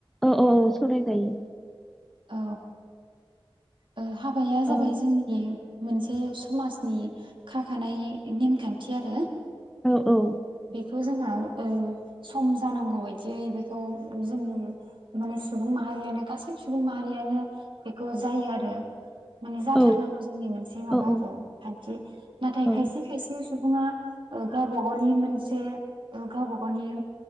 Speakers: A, in the centre; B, on the right.
A: औ औ औ सावरायजायो।
B: औ ओ हाबाया
A: औ
B: जाबाय जोंनि मोनसे समाजनि खाखानाय नेमखान्थि आरो।
A: औ औ
B: खौ जोंहा ओ सम जानांगौ बायदियै बेखौ जों माने सुबुं माहारियानो गासै सुबुं माहारियानो बेखौ जायो आरो माने जाथारनांगौ
A: औ
B: जोंनि मोनसे माबा
A: औ
B: आरो खान्थि नाथाय
A: औ
B: खायसे खायसे सुबुङा ओ गावबा गावनि मोनसे गावबा गावनि